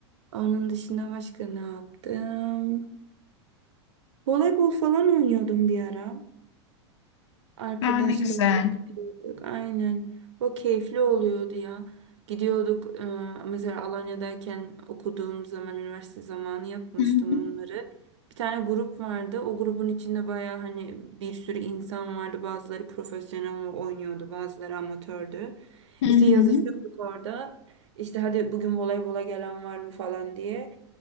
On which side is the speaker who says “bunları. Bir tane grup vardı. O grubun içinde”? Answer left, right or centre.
Right